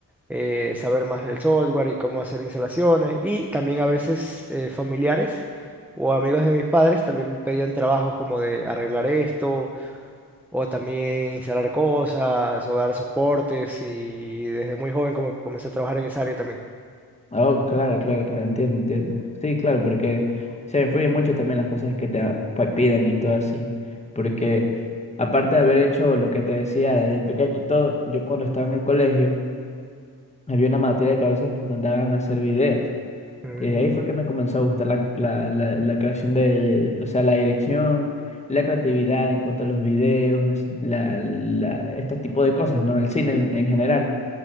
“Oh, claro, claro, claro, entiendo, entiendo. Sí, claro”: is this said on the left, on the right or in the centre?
Left